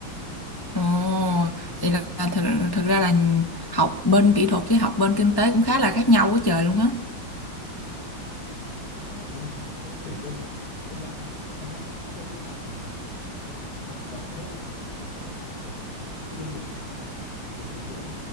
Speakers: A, on the left; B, on the left.
A: Ồ, vậy là thực, thực ra là học bên kỹ thuật với học bên kinh tế cũng khá là khác nhau quá trời luôn á
B: Ờ. Ờ, đúng rồi. Thế kiểu bên bên bạn ấy, các cái hoạt động xã hội người ta có đánh giá không? Hay là bạn bỏ hết hoạt động xã hội như thế kiểu có ảnh hưởng gì? Như bên mình ấy, nó có cái gọi là điểm rèn luyện ấy.